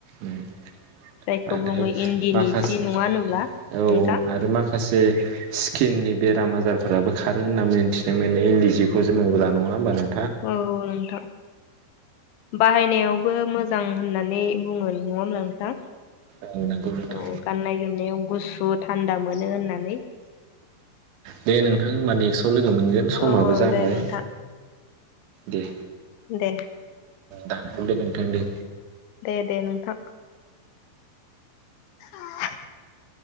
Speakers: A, on the right (about 75°); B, on the left (about 80°).
A: <inaudible>
B: जायखौ
A: आरो
B: बुङो इन्दिनि
A: माखासे
B: जि नङा होनोब्ला
A: औ ओं
B: नोंथां
A: आरो माखा माखासे स्किननि बेराम आजारफोराबो खारो होनना मिथिदोंमोनै इन्दि जिखौ जोङोबब्ला नङा होमबा नों
B: औ नोंथां बाहायनायाव यावबो मोजां होननानै बुङो नङा होमब्ला नोंथां
A: औ नंगौ नोंथां
B: औ गाननाय जोमनायाव गुसु थान्दा मोनो होननानै
A: दे नों थां होमबाथ नेस लोगो मोनगोन
B: औ
A: समाबो
B: औ
A: जाबाय
B: दे नोंथां
A: दे
B: दे
A: दानथदो नोंथां दे
B: दे दे नोंथां ह <unintelligible>